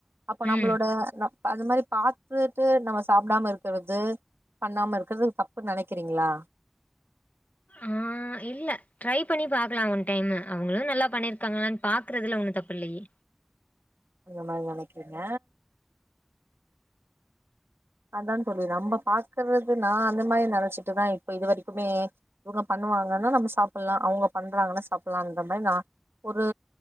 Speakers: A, on the right; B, on the left.
A: அப்போ நம்புளோட
B: ம்.
A: நம் அது மாரி பாத்துட்டு நம்ம சாப்டாம இருக்குறது பண்ணாம இருக்கறதுக்கு தப்புன் நெனைக்கிறீங்ளா
B: ஆ அ இல்ல ட்ரை பண்ணி பாக்கலா ஒன் டைம்மு அவங்களு நல்லா பண்ணிருக்காங்களானு பாக்குறதுல ஒண்ணு தப்பு இல்லயே
A: அந்த மாரி நெனைக்கிறீங்க அதான் தோழி நம்ப பாக்குறது நா அந்த மாரி நெனச்சிட்டுதா இப்ப இது வரைக்குமே இவங்க பண்ணுவாங்கன்னா நம்ம சாப்புலா அவங்க பண்றாங்கன்னா சாப்புலான்ற மாரி நான் ஒரு